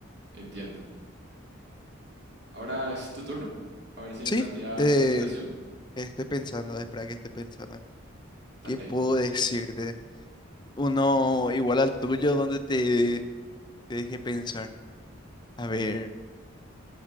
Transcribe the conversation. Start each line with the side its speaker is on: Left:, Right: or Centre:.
Right: Entiendo. Ahora es tu turno. A ver si me
Left: Sí,
Right: planteas
Left: eh,
Right: una situación.
Left: estoy pensando, espera que esté pensando acá.
Right: Dale,
Left: ¿Qué puedo decirte? Uno igual al tuyo donde te, te deje pensar. A ver,